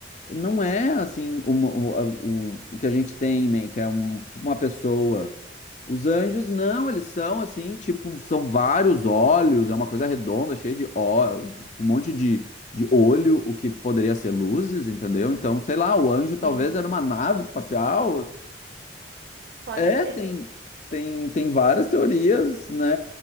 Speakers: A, on the left; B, on the right.
A: não é assim o, o, a- o, o que a gente tem, em men- que é um, tipo uma pessoa. Os anjos não, eles são assim, tipo, são vários olhos, é uma coisa redonda, cheia de ó, um monte de, de olho, o que poderia ser luzes, entendeu? Então, sei lá, o anjo talvez
B: Sim,
A: era uma nave espacial,
B: pode
A: é,
B: ser.
A: tem, tem, tem várias teorias, né,